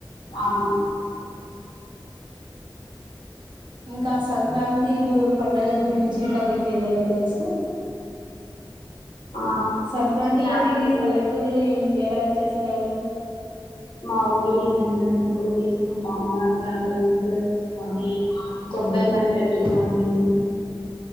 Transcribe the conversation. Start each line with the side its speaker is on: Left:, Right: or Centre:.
Left: అవును
Right: ఇంకా సంక్రాంతి గు పండగ గురించి ఇంకా మీకేమైనా తెలుస
Left: ఆ
Right: సంక్రాంతి పండగి
Left: అంటే
Right: పల్లెటూరులో ఏం ఎలా చేస్తారు
Left: మా ఊర్లో ఇంటి ముందర ముగ్గులు వేసుకుంటాము రంగు రంగులు ముగ్గులు వేసుకోని గొబ్బెమలు పెట్టుకోని